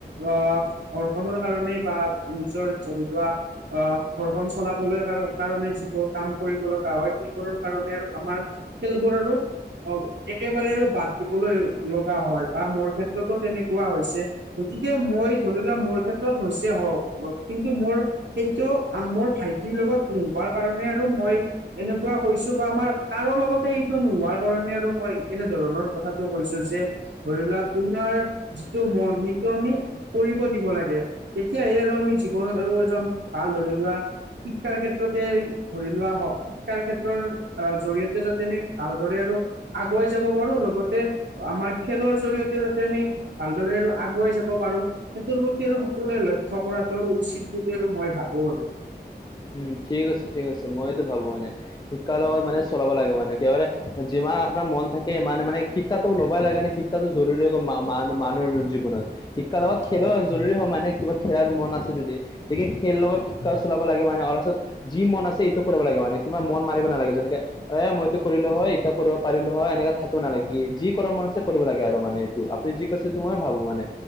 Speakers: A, on the right; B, on the left.
A: আহ ঘৰ খনৰ কাৰণেই বা নিজৰ ধৰি লোৱা আ ঘৰখন চলাবলৈ কাৰ কাৰণে যিবোৰ কাম কৰিব লগা হয় সেইবোৰৰ কাৰণে আৰু আমাৰ খেলবোৰ আৰু। অ', একেবাৰে আৰু বাদ দিবলৈ লগা হয় বা মোৰ ক্ষেত্ৰতো তেনেকুৱা হৈছে। গতিকে মই ধৰি লোৱা মোৰ ক্ষেত্ৰত হৈছে হও মই কিন্তু মোৰ সেইটো মোৰ ভাই তিৰ লগত নোৱাৰ কাৰণে আৰু মই। এনেকুৱা কৈছো বা আমাৰ কাৰো লগতে এইটো নোহোৱাৰ কাৰণে আৰু মই এনেধৰণৰ কথাটো কৈছো যে। ধৰি লোৱা তোমাৰ যিটো মন সেইটো আমি। কৰিব দিব লাগে তেতিয়াহে আৰু আমি জীৱনত আৰু এজন ভাল ধৰি লোৱা। শিক্ষাৰ ক্ষেত্ৰতেই ধৰি লোৱা হওক। শিক্ষাৰ ক্ষেত্ৰৰ জৰিয়তে যাতে আমি ভালদৰে আৰু। আগুৱাই যাব পাৰো লগতে আমাৰ খেলৰ জৰিয়তে যাতে আমি। ভালদৰে আৰু আগুৱাই যাব পাৰো। সেইটোৰ প্ৰতি আৰু সকলোৱে লক্ষ্য কৰাটো আৰু উচিত বুলি আৰু মই ভাবো আৰু।
B: উম ঠিক আছে ঠিক আছে মই এইতো ভাবো মানে। শিক্ষাৰ লগত মানে চলাব লাগে মানে কিহলে যিমান আপোনাৰ মন থাকে ইমানে মানে কি শিক্ষাটো লবাই লাগে নে, শিক্ষাটো জৰুৰী হৈ গল মা-মা-মান মানুহৰ জীৱনত। শিক্ষাৰ লগত খেলো
A: হয়
B: জৰুৰী হয়, মানে কিবা খেলাৰ মন আছে যদি। গতিকে খেল লগত
A: হয়
B: শিক্ষাও চলাব লাগে বা তাৰ পাচত, যি মন আছে এইটো কৰিব লাগে মানে, কিবা মন মাৰিব নালাগে। যেনেকে আই, 'মই এইটো কৰিলোঁ হয়', 'এইটো কৰিব পাৰিলোঁ হয়' এনেকে থাকিব নালাগে। যি কৰিব মন আছে, কৰিব লাগে আৰু মানে। তু, আপুনি যি কৈছে এইটো মইও ভাবোঁ মানে।